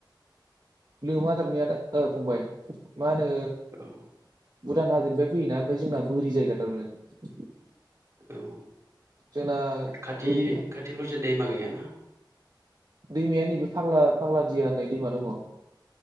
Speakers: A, on the right (about 55°); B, on the right (about 35°).
A: लोमा दांलै आदा ओ फंबाय मा होनो
B: औ
A: भुटान हाजोनिफ्राय फैयोना ओमफाय जोंना बोरि जायगा थारमाने
B: औ
A: जोंना
B: खाथि
A: बोरि
B: खाथिफोरसो दैमा गैयाना
A: दैमाया नैबे फाग्ला फाग्ला दिया होननाय दैमा दङ